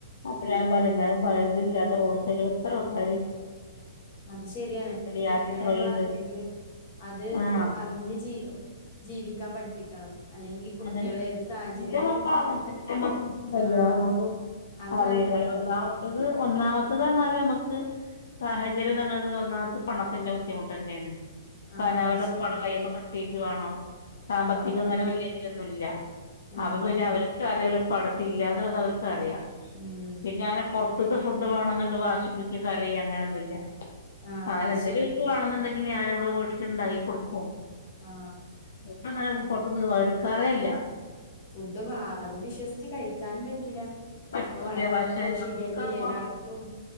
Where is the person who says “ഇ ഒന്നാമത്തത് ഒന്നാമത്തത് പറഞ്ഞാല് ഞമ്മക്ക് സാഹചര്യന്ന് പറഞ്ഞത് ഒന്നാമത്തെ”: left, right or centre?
Left